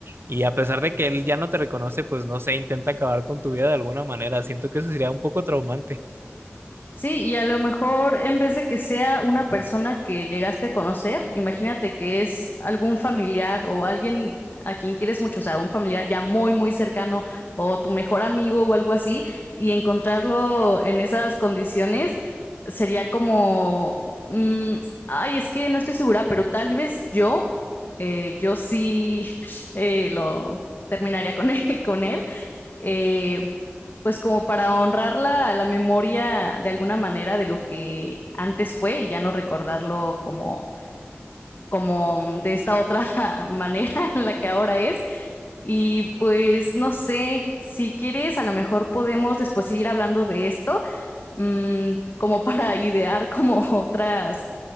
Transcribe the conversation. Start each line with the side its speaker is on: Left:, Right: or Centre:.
Right: y a pesar de que él ya no te reconoce, pues no sé, intenta acabar con tu vida de alguna manera. Siento que eso sería un poco traumante.
Left: Sí, y a lo mejor en vez de que sea una persona que llegaste a conocer, imagínate que es algún familiar o alguien a quien quieres mucho, o sea, un familiar ya muy, muy cercano o tu mejor amigo o algo así, y encontrarlo en esas condiciones sería como, mm, ay, es que no estoy segura, pero tal vez yo, eh, yo sí <laughs> <sniffs> eh, lo terminaría con <laughs> él, con él. eh, pues como para honrar la, la memoria de alguna manera de lo que antes fue y ya no recordarlo como, como mm, de esta otra <laughs> manera en la que ahora es. Y pues no sé, si quieres, a lo mejor podemos después seguir hablando de esto, mm, como <laughs> para idear como <laughs> otras,